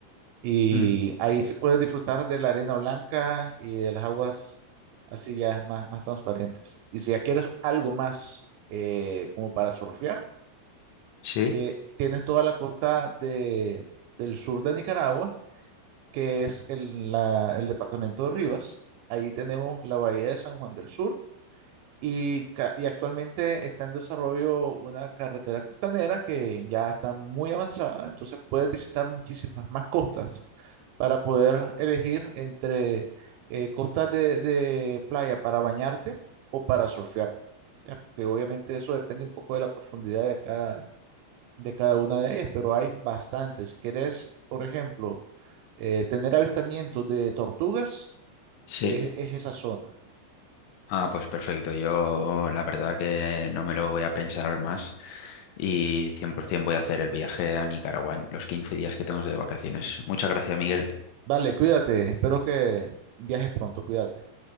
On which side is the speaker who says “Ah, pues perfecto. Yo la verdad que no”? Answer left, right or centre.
Left